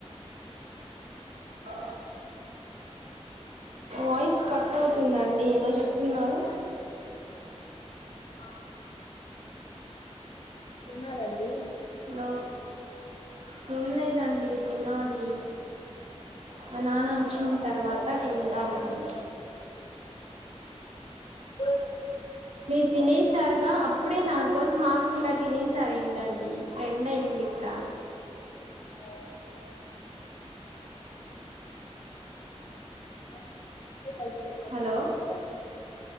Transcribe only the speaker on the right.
ఆ వాయిస్ కట్ అవుతుందండి ఏదో జేప్తున్నారు
హలో తిన్నలేదండి తీనాలి మా నాన్న వచ్చిన్ తర్వాత టిన్టానండి
మీరు తినేసారుగా అప్పుడే నా కోసం ఆక్కుండా తినేసారెంటండి ఫ్రెండ్ అయి ఉండి ఇప్పుడా
హలో